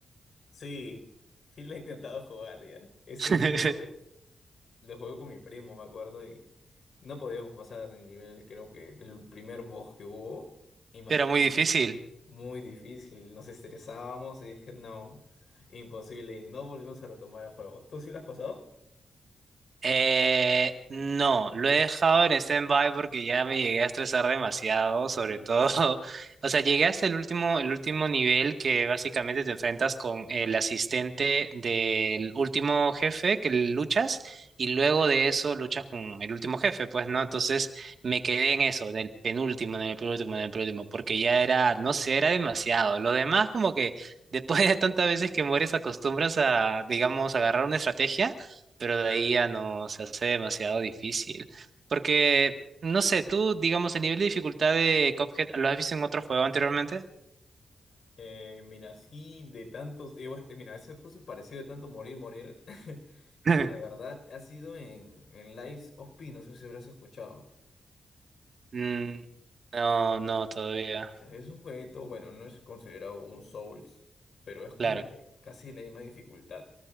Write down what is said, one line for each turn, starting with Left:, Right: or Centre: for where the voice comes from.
Left: Sí, sí lo he intentado jugar ya. Ese
Right: <laughs>
Left: juego lo jugué con mi primo, me acuerdo, y no podíamos pasar el nivel, creo que el primer boss que hubo, imagínate,
Right: Era muy difícil.
Left: muy difícil, nos estresábamos y dije, no, imposible, y no volvimos a retomar el juego. ¿Tú sí lo has pasado?
Right: Eh, no, lo he dejado en stand-by porque ya me llegué a estresar demasiado, sobre
Left: Sí.
Right: todo, <laughs> o sea, llegué hasta el último, el último nivel que básicamente te enfrentas con el asistente del último jefe que luchas y luego de eso luchas con el último jefe, pues, ¿no? Entonces me quedé en eso, en el penúltimo, en el penúltimo, en el penúltimo, porque ya era, no sé, era demasiado. Lo demás como que después de tantas veces que mueres acostumbras a, digamos, agarrar una estrategia pero de ahí ya no se hace demasiado difícil. Porque, no sé, tú, digamos, el nivel de dificultad de Cuphead, ¿lo has visto en otro juego anteriormente?
Left: Eh, mira, así de tantos, digo, eh, mira, ese curso pareció de tanto morir, morir. <laughs>
Right: <laughs>
Left: La verdad ha sido en, en Lies of P, no sé si habrás escuchado.
Right: Mm, no, no, todavía.
Left: Es un jueguito, bueno, no es considerado un Souls, pero es como
Right: Claro.
Left: que casi la misma dificultad.